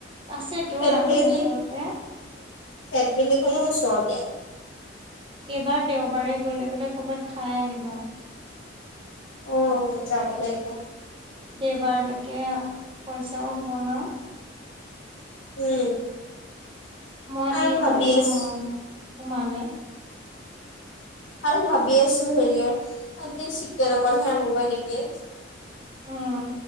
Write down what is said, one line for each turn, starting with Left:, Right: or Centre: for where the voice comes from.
Right: আছে তো
Left: ফেট
Right: ৰাণীৰ
Left: ভেলিখন
Right: ওচৰতে।
Left: ফেট ভেলিখনো ওচৰতে
Right: এইবাৰ দেওবাৰে গৈ লৈ পেলাই কৰবাত খাই আহিবা।
Left: অ' যাব লাগিব।
Right: দেওবাৰলৈকে পইচাও হ'ব ন।
Left: উম
Right: মই
Left: আৰু
Right: দিম
Left: ভাবি
Right: বাৰু,
Left: আছো
Right: মই তোমালে
Left: আৰু ভাবি আছো হেৰিয়ে চিকেন অকল আনিব নেকি?
Right: উম,